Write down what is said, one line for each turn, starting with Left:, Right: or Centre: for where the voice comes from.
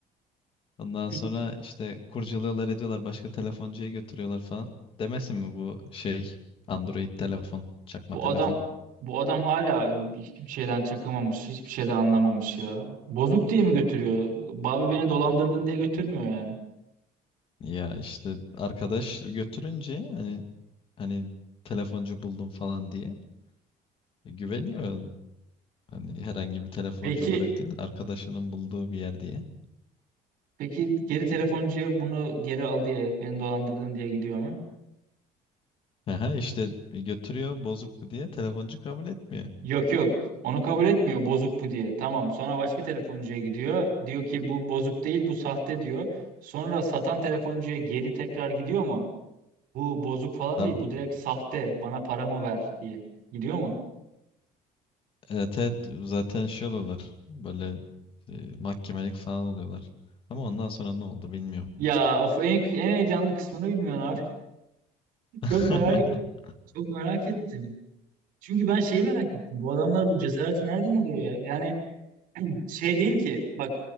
Left: Ondan
Right: bir-
Left: sonra işte kurcalıyorlar ediyorlar başka telefoncuya götürüyorlar falan. Demesin mi bu şey Android telefon, çakma
Right: bu
Left: telefon.
Right: adam bu adam hala hiçbir şeyden çakamamış, hiçbir şeyden anlamamış ya. Bozuk diye mi götürüyor? Babi beni dolandırdın diye götürmüyor yani.
Left: Ya işte arkadaş götürünce hani hani telefoncu buldum falan diye e, güveniyor. Hani herhangi bir telefoncu
Right: Peki
Left: olarak değil de arkadaşının bulduğu bir yer diye.
Right: peki geri telefoncuya bunu geri al diye beni dolandırdın diye gidiyor mu?
Left: Aha işte e, götürüyor bozuk bu diye telefoncu kabul etmiyor.
Right: Yok yok. Onu kabul etmiyor bozuk bu diye. Tamam. Sonra başka telefoncuya gidiyor. Diyor ki bu bozuk değil bu sahte diyor. Sonra satan telefoncuya geri tekrar gidiyor mu? Bu bozuk falan
Left: Tabii,
Right: değil bu direkt sahte. Bana paramı ver diye. Gidiyor mu?
Left: evet, evet, zaten şey oluyorlar böyle e, mahkemelik falan oluyorlar. Ama ondan sonra ne oldu bilmiyorum.
Right: Ya of en, en heyecanlı kısmını bilmiyorsun abi. <laughs>
Left: <laughs>
Right: Çok merak çok merak ettim. Çünkü ben şeyi merak ettim. Bu adamlar bu cesareti nereden alıyor ya? Yani şey değil ki bak